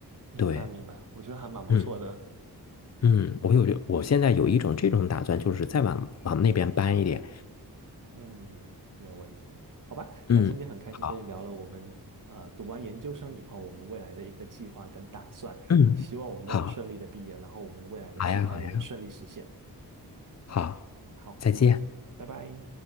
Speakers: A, on the right; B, on the left.
A: 明白明白，
B: 对，
A: 我觉得还蛮不错的。
B: 嗯嗯，我有我现在有一种这种打算，就是再往往那边搬一点。
A: 嗯，没有问题。好吧，
B: 嗯，
A: 那今天很开心跟你聊了我们呃读完研究生以后，
B: 好，
A: 我们未来的一个计划跟打算，
B: 嗯，
A: 希望我们都能顺利的毕业，
B: 好，
A: 然后我们的未来的计划也能顺利实现。
B: 好呀，好呀，好，
A: 好，
B: 再见。
A: 没有问题，拜拜。